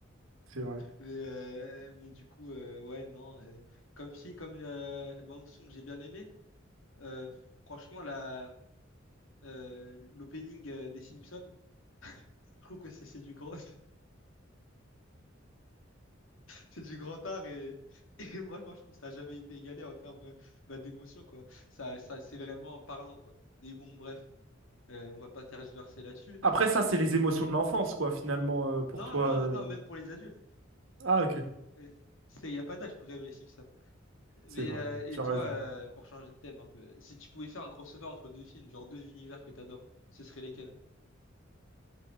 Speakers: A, on the right; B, on the left.
A: C'est vrai.
B: Mais, euh, mais du coup, euh, ouais, non. euh, comme si, comme euh, bande son que j'ai bien aimé, euh, franchement, la, euh, l'opening euh, des Simpsons, je trouve que c'est c'est du gros. <laughs> C'est du grand art et, <laughs> et franchement, je trouve que ça n'a jamais été égalé en termes euh, bah, d'émotion, quoi. Ça, ça, c'est vraiment parlant, quoi. Et bon, bref, euh, on va pas tergiverser là-dessus.
A: Après, ça,
B: Si...
A: c'est les émotions de l'enfance, quoi, finalement, euh, pour
B: Non,
A: toi.
B: non,
A: euh.
B: non, même pour les adultes.
A: Ah, ok,
B: Euh, c'est- Il n'y a pas d'âge pour aimer les Simpsons. Mais,
A: c'est vrai,
B: euh, et
A: tu
B: toi,
A: as raison.
B: euh, pour changer de thème un peu, si tu pouvais faire un crossover entre deux films, genre deux univers que t'adores, ce serait lesquels?